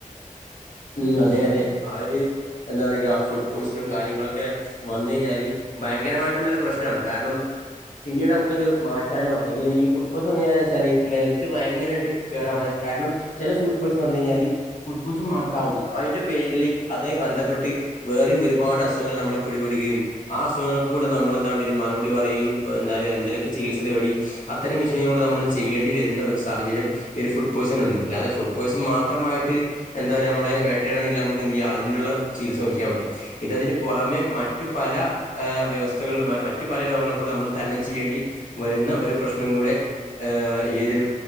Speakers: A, on the left (about 65°); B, in the centre.
A: ഉം
B: കുറിച്ച്
A: അതെ
B: എന്താ
A: അതെ അവര് എന്താ പറയ്യാ ഫുഡ് പോയിസണും കാര്യങ്ങളൊക്കെ ക്കെ വന്ന കഴിഞ്ഞാല് ഭയങ്കരമായിട്ടുള്ള ഒരു പ്രശ്നമാണ് കാരണം പിന്നീട് നമുക്കത് മാറ്റാനോ അല്ലെങ്കിൽ ഈ ഫുഡ് പോയ്സൺ വന്നുകഴിഞ്ഞാ വെച്ചാല് ഹെൽത്ത് ഭയങ്കരമായിട്ട് ക്കാരാണ് കാരണം ചില ഫുഡ് പോയിസൺ വന്നു കഴിഞ്ഞാല് ഫുഡ് പോയിസൺ മാ ത്രാവൂല അതിന്റെ പേരില് അതുമായി ബന്ധപ്പെട്ട് വേറെയും ഒരുപാട് അസുഖങ്ങൾ നമ്മളെ പിടിപെടുകയും ആഹ് അസുഖങ്ങൾക്ക് കൂടെ നമ്മളെന്താ വേണ്ടിവരും മറുപടി പറയും എന്താ പറയ്യാ എന്തേലൊക്കെ ചികിത്സ തേടി അത്തരം മിഷീനോട് നമ്മൾ ചെയ്യേണ്ടി വരുന്ന ഒരു സാഹചര്യം ഈ ഒരു ഫു പോയിസൺ
B: ഉം
A: ഉണ്ട് അല്ലാതെ ഫുഡ് പോയിസൺ മാത്രമായിട്ട് എന്താ നമ്മളെ വേട്ടയാടണെങ്കിൽ നമുക്ക് എന്ത് ചെയ്യാ അതിനുള്ള ചികിത്സ നോക്കിയ മതി. ഇതതിന് പുറമെ മറ്റു പല ആ വ്യവസ്ഥകളും മറ്റു പല രോഗങ്ങളിൽ കൂടെ നമ്മൾ തരണം ചെയ്യേണ്ടി വരുന്ന ഒരു പ്രശ്നം കൂടെ ആഹ് ഈയൊരു